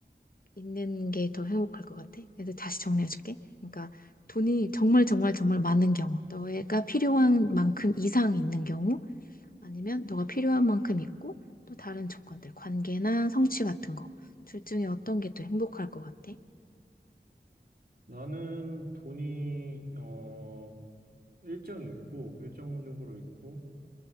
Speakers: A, on the left; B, on the right.
A: 있는 게 더 행복할 것 같아. 그래서 다시 정리해줄게. 그러니까 돈이 정말 정말 정말 많은 경우, 너가 필요한 만큼 이상 있는 경우, 아니면 너가 필요한 만큼 있고 또 다른 조건들, 관계나 성취 같은 거. 둘 중에 어떤 게 더 행복할 것 같아?
B: 나는 돈이, 어, 일정 있고, 일정적으로 있고,